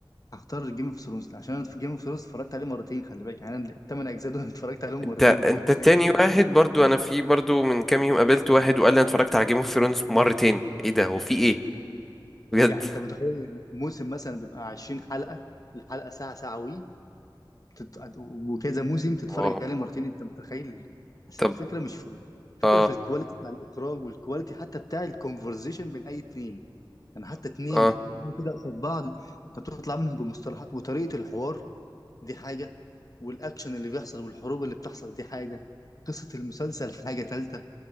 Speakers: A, on the left (about 45°); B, in the centre.
A: هختار جيم اوف ثرونز عشان انا في جيم اوف ثرونز اتفرجت عليه مرتين خلي بالك يعني انا الثمان اجزاء دول <laughs> اتفرجت عليهم
B: انت
A: مرتين
B: انت
A: انت متخيل
B: تاني واحد برضو انا في برضو من كام يوم قابلت واحد وقال لي انا اتفرجت على جيم اوف ثرونز مرتين ايه ده هو في ايه بجد
A: يعني انت متخيل موسم مثلا بيبقى 20 حلقة الحلقة ساعة ساعة وي تت... وكذا موسم تتفرج
B: واو
A: عليه مرتين انت متخيل بس
B: طب
A: الفكرة مش في ال- الفكرة
B: اه
A: في الكواليتي بتاع الإخراج والكواليتي حتى بتاع الكونفرزيشن بين أي اتنين يعني حتى اتنين
B: اه
A: يتكلموا كده قصاد بعض انت بتطلع منهم بمصطلحات وطريقة الحوار دي حاجة والأكشن اللي بيحصل والحروب اللي بتحصل دي حاجة قصة المسلسل حاجة تالتة